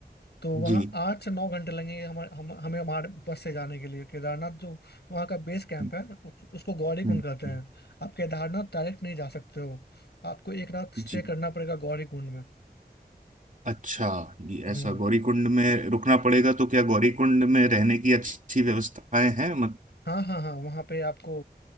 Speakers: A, on the left; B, on the right.
A: तो वहाँ
B: जी
A: आठ से नौ घंटे लगेंगे हमारे हम, हमें हमारे बस से जाने के लिए केदारनाथ जो वहाँ का बेस कैंप
B: हम्म,
A: है उस, उसको गौरीकुंड
B: हम्म,
A: कहते
B: हम्म,
A: हैं आप केदारनाथ डायरेक्ट नहीं जा सकते हो आपको एक रात स्टे
B: जी
A: करना पड़ेगा गौरीकुंड में
B: अच्छा जी
A: हम्म
B: ऐसा गौरीकुंड में रुकना पड़ेगा तो क्या गौरीकुंड में रहने की अच्छी व्यवस्थाएं हैं मत
A: हाँ हाँ हाँ वहाँ पे आपको